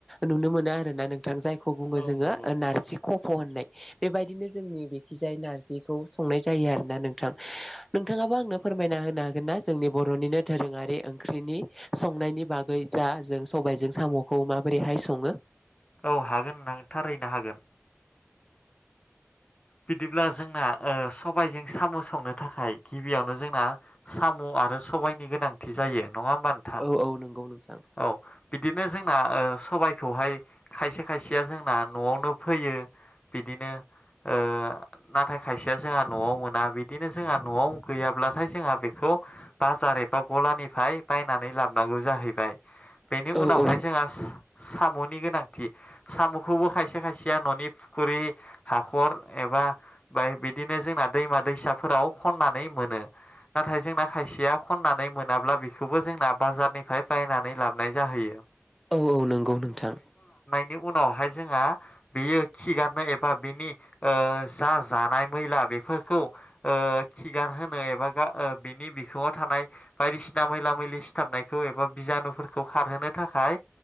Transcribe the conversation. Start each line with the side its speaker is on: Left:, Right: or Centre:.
Centre: नुनो मोनो आरोना नोंथां जायखौ बुङो
Left: औ
Centre: जोङो
Left: नंगौ
Centre: नारजि खफ फ होननाय बेबायदिनो जोंनि बेखिजाय नारजिखौ संनाय जायो आरोना नोंथां नोंथाङा बो आनों फोरमायना होनो हागोन ना जोंनि बरनिनो दोरोङारि ओंख्रिनि संनायनि बागै जा जों सबायजों सामखौ माबोरैहाय सङो
Left: औ हागोन नां थारैनो हागोन? बिदिब्ला जोंना ओ सबायजों साम स संनो थाखाय गिबियावनो जोंना साम आरो सबायनि गोनांथि जायो नङा होमबा नोंथां?
Centre: औ औ नंगौ नोंथां
Left: औ बिदिनो जोंना ओ सबायखौहाय खायसे खायसेया जोंना नआवनो फोयो बि बिदिनो ओ नाथाय खायसेया जोंहा नआव मोना बिदिनो जोंहा नआव गैयाब्ला थाय जोंहा बेखौ बाजार एबा गलानिफ्राय बाय नानै लाबो नांगौ जाहैबाय बेनि
Centre: औ
Left: उनाव
Centre: औ
Left: जोंहा सा-साम नि गोनांथि सामखौबो खायसे खायसेया ननि फुखुरि हा खर एबा बा बिदिनो जोंना दैमा दैसाफोराव खननानै मोनो नाथाय जों ना खायसेया खननानै मोनाब्ला बेखौबो जोंना बाजारनिफ्राय बायनानै लाबोनाय जाहैयो
Centre: औ औ नंगौ नोंथां
Left: नि उनावहाय जोंहा बियो खिगारनो एबा बिनि ओ जा जानाय मैला बेफोरखौ ओ खिगार होनो एबा‌ गा ओ बेन नि बिखुङाव थानाय बायदिसिना मैला मैलि सिथाबनायखौ एबा बिजानुफोरखौ खारहोनो थाखाय